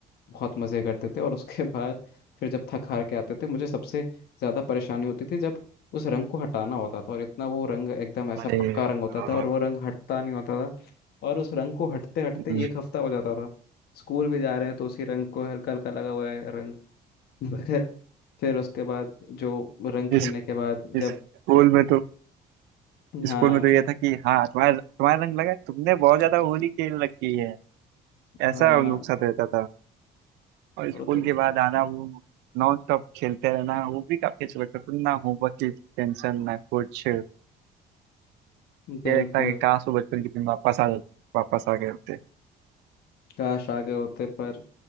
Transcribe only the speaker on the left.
बहुत मज़े करते थे और उसके बाद फिर जब थक हार के आते थे मुझे सबसे ज़्यादा परेशानी होती थी जब उस रंग को हटाना होता था और इतना वो रंग एकदम ऐसा
पक्का रंग होता
था और वो रंग हटता नहीं होता था और उस रंग को हटते हटते
एक हफ्ता हो जाता था स्कूल भी जा रहे हैं तो उसी रंग को हल्का हल्का लगा हुआ है रंग <laughs> मगर फिर उसके बाद जो रंग खेलने
के बाद
जब
हाँ
हाँ
वो तो
बिल्कुल
काश आगे होते पर